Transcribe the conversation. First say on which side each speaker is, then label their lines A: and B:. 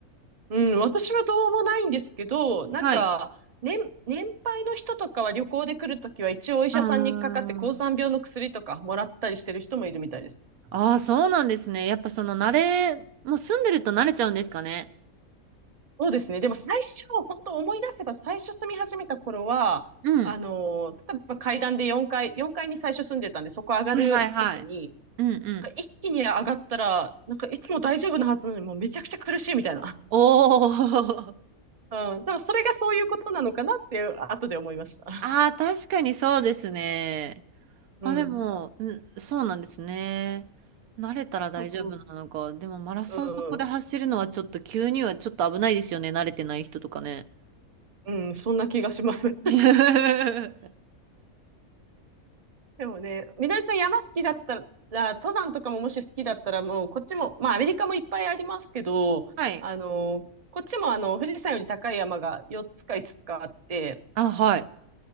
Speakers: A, on the right; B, on the right.
A: うん、私はどうもないんですけど、なんか、
B: はい。
A: 年、年配の人とかは旅行で来るときは一応お医者さんにかかって高山病の薬とかもらったりしてる人もいるみたいです。
B: あーあー、そうなんですね。やっぱその慣れ、もう住んでると慣れちゃうんですかね。
A: そうですね。でも最初、本当思い出せば最初住み始めた頃は、
B: うん。
A: あのー、例えば階段で4階、4階に最初住んでたんで、そこ上がるときに、
B: はいはいはい。うんうん。
A: 一気に上がったら、なんかいつも大丈夫なはずなのにもうめちゃくちゃ苦しいみたいな。
B: おお。
A: うん。でもそれがそういうことなのかなっていう、後で思いました。
B: ああ、確かにそうですね。
A: うん。
B: まあでも、ん、そうなんですね。慣れたら大丈夫なのか。
A: そうそう
B: でもマラソンそこで走るのはちょっと急にはちょっと危ないですよね。
A: そう。
B: 慣れてない人とかね。
A: うん、そんな気がします。<laughs>
B: <laughs> は
A: でもね、みなりさん山好きだったら、登山とかももし好きだったら、もうこっちも、まあアメリカもいっぱいありますけど、
B: い。
A: あの、こっちもあの、富士山より高い山が4つか5つつかあって、
B: あ、はい。